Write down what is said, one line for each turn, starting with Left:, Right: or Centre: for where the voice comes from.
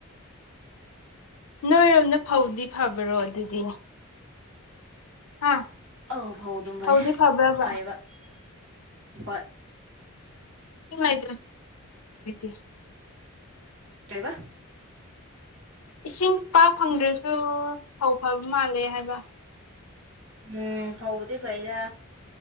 Left: ꯅꯣꯏꯔꯣꯝꯅ ꯐꯧꯗꯤ ꯐꯕꯔꯣ ꯑꯗꯨꯗꯤ ꯍꯥ
Right: ꯑꯥꯎ ꯐꯥꯎ ꯑꯗꯨꯝ ꯚꯥꯏ
Left: ꯐꯧꯗꯤ ꯐꯕ꯭ꯔꯕ
Right: ꯐꯩꯕ <inaudible> ꯍꯣꯏ
Left: ꯅꯨꯉꯥꯏꯇꯦ <inaudible>
Right: ꯀꯩꯕ
Left: ꯏꯁꯤꯡ ꯄꯥꯛ ꯐꯪꯗ꯭ꯔꯁꯨ ꯐꯧ ꯐꯕ ꯃꯥꯜꯂꯦ ꯍꯥꯏꯕ
Right: ꯎꯝ ꯐꯧꯕꯨꯗꯤ ꯐꯩꯗ